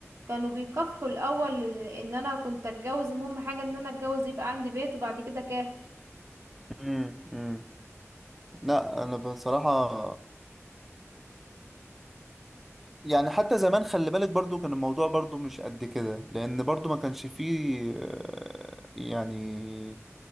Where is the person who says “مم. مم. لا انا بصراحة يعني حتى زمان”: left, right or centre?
Centre